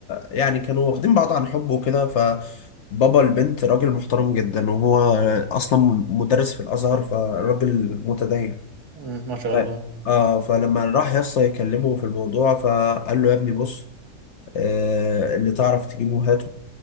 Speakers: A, on the left; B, on the right.
A: يعني كانوا واخدين بعض عن حب وكده فبابا البنت راجل محترم جدا وهو آه، اصلا مدرس في الازهر فراجل متدين
B: مم. ما شاء
A: ف...
B: الله
A: اه فلما راح يا اسطى يكلمه في الموضوع فقال له يا ابني بص آه اللي تعرف تجيبه هاته